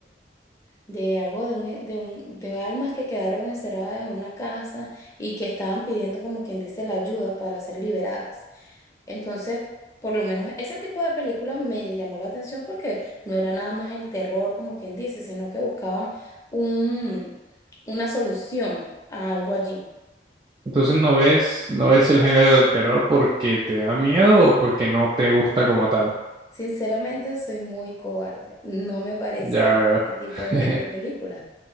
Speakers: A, on the left; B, on the right.
A: de algo de, un, e- de, un- de almas que quedaron encerradas en una casa y que estaban pidiendo, como quien dice, la ayuda para ser liberadas. Entonces, por lo menos ese tipo de película me llamó la atención porque no era nada más el terror, como quien dice, sino que buscaban un, una solución a algo allí.
B: Entonces no ves, no ves el género del terror porque te da miedo o porque no te gusta como tal.
A: Sinceramente, soy muy cobarde. No me parece
B: Ya,
A: este tipo
B: <laughs>
A: de, de películas.